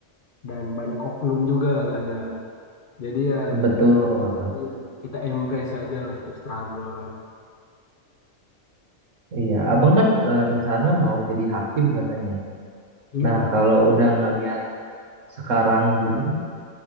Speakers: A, on the left; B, on the right.
A: dan banyak oknum juga kadang. Jadi ya
B: betul
A: iya, kita embrace aja lah untuk struggle kan.
B: iya abang kan eh, rencana mau jadi hakim katanya
A: Iya,
B: nah kalau udah ngeliat sekarang gini